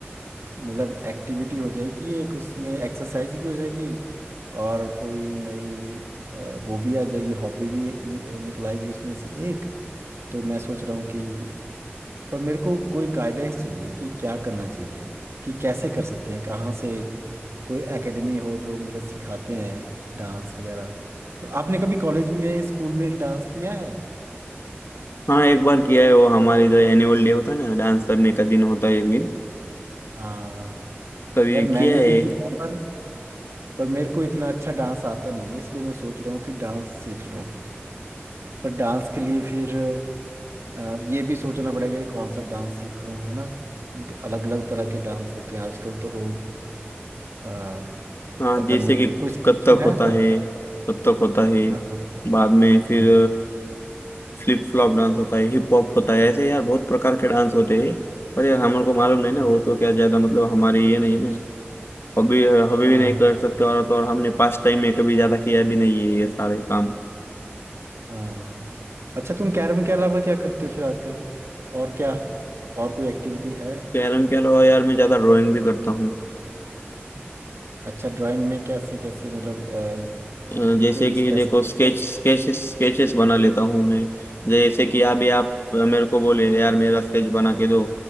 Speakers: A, on the right (about 75°); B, on the left (about 65°).
A: मतलब एक्टिविटी हो जाएगी एक उसमें एक्सरसाइज भी हो जाएगी और कोई नई अ, वो भी आ जाएगी हॉबी भी नि, निकल आएगी उसमें से एक तो मैं सोच रहा हूँ कि पर मेरे को कोई गाइडेंस चाहिए कि क्या करना चाहिए कि कैसे कर सकते हैं कहाँ से कोई एकेडमी हो जो मतलब सिखाते हैं डांस वगैरह तो आपने कभी कॉलेज में स्कूल में डांस किया है
B: हाँ एक बार किया है वो हमारे जो एनुअल डे होता है ना डांस करने का दिन होता है एक दिन
A: हाँ
B: तभी
A: यार मैंने
B: किया है
A: भी किया पर पर मेरे को इतना अच्छा डांस आता नहीं है इसलिए मैं सोच रहा हूँ कि डांस सीख लूँ पर डांस के लिए फिर अ, ये भी सोचना पड़ेगा कि कौन सा डांस सीखूं है ना अलग अलग तरह के डांस होते हैं आजकल तो लोग अ,
B: हाँ
A: पता
B: जैसे
A: नहीं
B: कि
A: को- कोई suggestion
B: कथक
A: है
B: होता
A: सर
B: है कथक होता है
A: हाँ हाँ
B: बाद में फिर
A: हम्म,
B: फ्लिप फ्लॉप डांस होता है हिप हॉप होता है ऐसे यार बहुत प्रकार के डांस होते हैं पर यार हमारे को मालूम नहीं ना
A: हम्म,
B: वो तो क्या ज्यादा मतलब हमारी ये नहीं ना हॉबी हॉबी
A: हाँ
B: भी नहीं कर सकते और तो और हमने पास टाइम में कभी ज्यादा किया भी नहीं है ये सारे काम
A: हाँ। अच्छा तुम कैरम के अलावा क्या करते हो फिर आजकल और क्या और कोई एक्टिविटी है
B: कैरम के अलावा यार मैं ज्यादा ड्राइंग भी करता हूँ
A: अच्छा ड्राइंग में कैसे कैसे मतलब अ,
B: अ, जैसे
A: कोई
B: कि
A: स्पेसिफिक
B: देखो स्केच स्केच स्केचेस बना लेता हूँ मैं जैसे कि अभी आप मेरे को बोले यार मेरा स्केच बना के दो